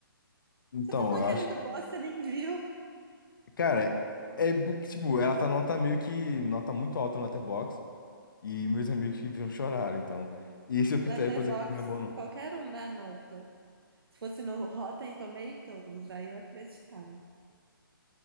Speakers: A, on the left (about 60°); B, on the right (about 85°).
A: Então,
B: Você tá falando
A: eu acho.
B: que é muito boa, você nem viu.
A: Cara, é porque, tipo, ela tá nota meio que. Nota muito alta no Letterboxd. E meus amigos que viram choraram, então. E esse é o critério
B: Letterboxd,
A: pra dizer que não é bom, não.
B: qualquer um dá nota. Se fosse no Rotten Tomatoes, aí eu acreditava.